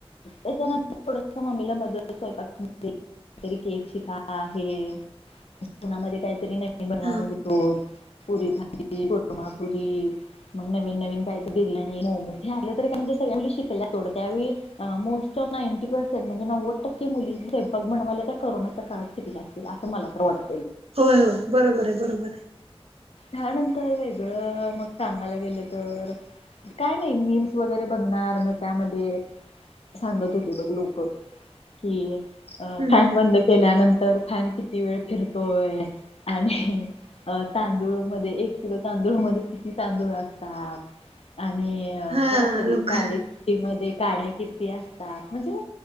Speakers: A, on the left; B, on the right.
A: त्याच्यानंतर थोड म्मीला मदत स्वपका मध्ये, काही तरी केक शिका आहे, घरा मध्ये काहीतरी नवीन बनवा
B: हा
A: मग रोज, पुरी भाजी कुर्मा, पुरी मग नवीन नवीन काय ते, बिर्याणी मॉमज हे आपलं तरी का म्हणजे, सगळ्या मुली शिखलंय सोड, त्यावेळी मोस्ट ऑफ निनेटी पेरसेन्ट, म्हणजे नावद टक्के मुली स्वैपाक बनवायला. कोरोनाच्या काळात शिकल्या असतील, असं मला तर वाटत.
B: होय होय बरोबर आहे, बरोबर आहे,
A: हनंतर वेगळं मग सांगायला गेलं तर, काय नाही मीम्स वगैरे बघणार मग त्यामध्ये, सांगत होते बघ लोक कि, अ
B: हम्म
A: फॅन बंद केल्यानंतर फॅन किती, वेळ फिरतोय आणि अ तांदूळ मध्ये, एक किलो तांदूळ मध्ये किती तांदूळ असतात. आणि
B: हा
A: कायतरी
B: लोक
A: कडी पेटे मध्ये काड्या किती, असतात म्हणजे